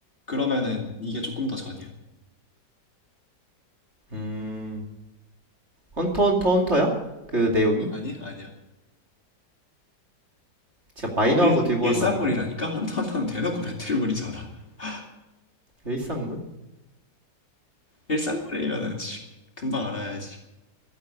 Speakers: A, on the left (about 30°); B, on the right (about 40°).
A: 그러면은 이게 조금 더 전이야.
B: 음. 헌터 헌터 헌터야? 그 내용이?
A: 아니, 아니야.
B: 진짜 마이너한
A: 일,
B: 거 들고
A: 일상물이라니까?
B: 왔나 보네.
A: <laughs> 헌터헌터는 대놓고 배틀물이잖아. <laughs>
B: 일상물?
A: 일상물이면은 씨, 금방 알아야지.